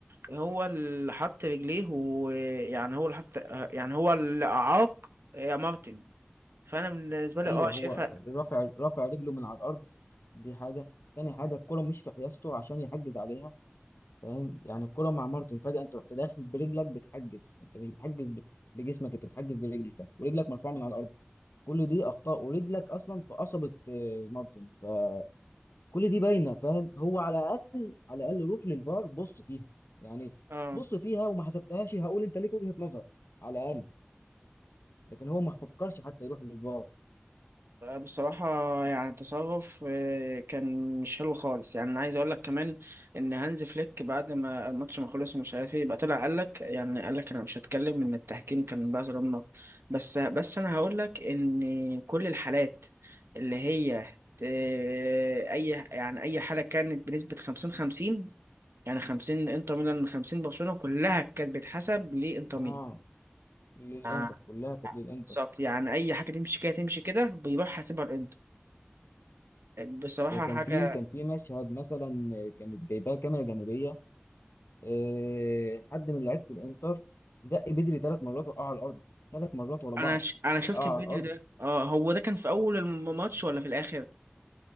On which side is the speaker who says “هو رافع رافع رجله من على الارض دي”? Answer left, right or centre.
Left